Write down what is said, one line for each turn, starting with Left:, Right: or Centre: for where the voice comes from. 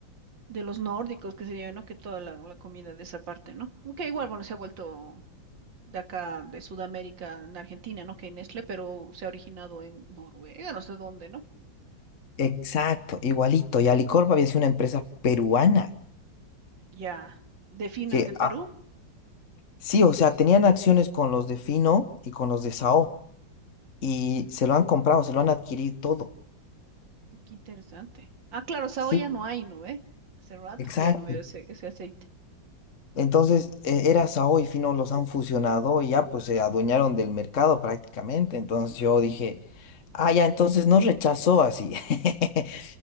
Right: de los nórdicos, que se llevan, ¿no? Que toda la, la comida de esa parte, ¿no? Que igual, bueno, se ha vuelto de acá, de Sudamérica, en Argentina, ¿no? Que hay Nestlé, pero se ha originado en Noruega, no sé dónde, ¿no?
Left: Exacto, igualito. Y Alicorp había sido una empresa peruana
Right: Ya, de fino
Left: que,
Right: es de Perú.
Left: ah, sí, o sea, tenían acciones con los de Fino y con los de Sao y se lo han comprado, se lo han adquirido todo.
Right: Qué interesante. Ah, claro, Sao
Left: Sí,
Right: ya no hay, ¿no? ¿Eh? Hace rato
Left: exacto.
Right: que ya no veo ese, ese aceite.
Left: Entonces, eh, era Sao y Fino los han fusionado y ya pues se adueñaron del mercado prácticamente. Entonces yo dije, ah, ya, entonces no rechazó así. <laughs>